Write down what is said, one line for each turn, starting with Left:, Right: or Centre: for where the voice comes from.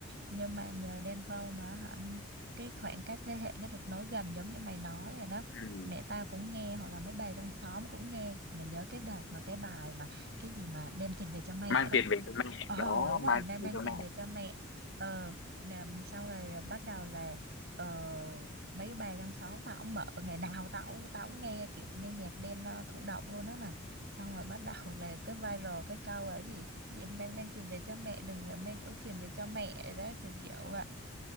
Right: nhưng mà nhờ Đen Vâu mà hả cái khoảng cách thế hệ nó được nối gần giống như mày nói rồi đó
Left: ừ.
Right: mẹ tao cũng nghe hoặc là mấy bà trong xóm cũng nghe mày nhớ cái đợt mà cái bài mà cái gì mà đem tiền về cho mẹ
Left: mang
Right: đó
Left: tiền về cho mẹ
Right: Ồ
Left: đó
Right: đúng rồi
Left: mang
Right: mang
Left: tiền
Right: mang
Left: về cho
Right: tiền
Left: mẹ
Right: về cho mẹ ờ làm sau này bắt đầu là ờ, mấy cái bà trong xóm tao cũng mở ngày nào tao cũng- tao cũng nghe kiểu nghe nhạc đêm nó thụ động luôn á mày xong rồi bắt <laughs> đầu là cái viral cái câu ấy gì, gì mang mang tiền về cho mẹ đừng là mang ưu phiền về cho mẹ đó kiểu kiểu vậy